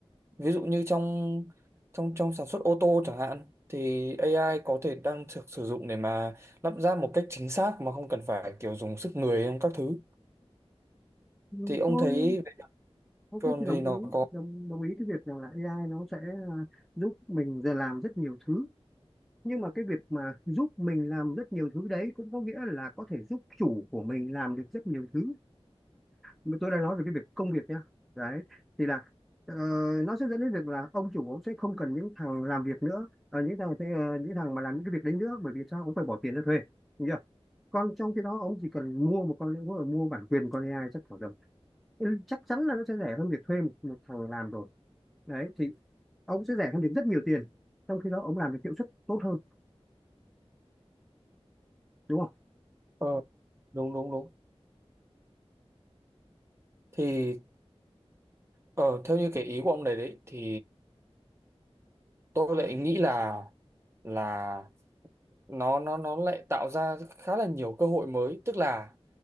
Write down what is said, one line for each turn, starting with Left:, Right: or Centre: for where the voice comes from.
Right: ví dụ như trong trong trong sản xuất ô tô chẳng hạn thì AI có thể đang được sử dụng để mà lắp ráp một cách chính xác mà không cần phải kiểu dùng sức người trong các thứ
Centre: Ừ,
Right: thì ông
Centre: Tôi
Right: thấy
Centre: ok
Right: còn
Centre: thì đồng
Right: thì nó
Centre: ý
Right: có
Centre: đồng đồng ý cái việc rằng là AI nó sẽ à, giúp mình giờ làm rất nhiều thứ nhưng mà cái việc mà giúp mình làm rất nhiều thứ đấy cũng có nghĩa là có thể giúp chủ của mình làm được rất nhiều thứ mà tôi đang nói về cái việc công việc nha đấy thì là ờ, nó sẽ dẫn đến việc là ông chủ ông sẽ không cần những thằng làm việc nữa ờ, những thằng sẽ- ờ, những thằng mà làm những cái việc đấy nữa bởi vì sao ông phải bỏ tiền ra thuê Đúng chưa còn trong khi đó ông chỉ cần mua một con mua bản quyền con AI chắc khoảng tầm ừ, chắc chắn là nó sẽ rẻ hơn việc thuê một, một thằng làm rồi đấy thì ông sẽ rẻ hơn được rất nhiều tiền trong khi đó ông làm được hiệu suất tốt hơn đúng không
Right: ờ, đúng đúng đúng thì ờ, theo như cái ý của ông này đấy thì tôi lại nghĩ là là nó nó nó lại tạo ra khá là nhiều cơ hội mới tức là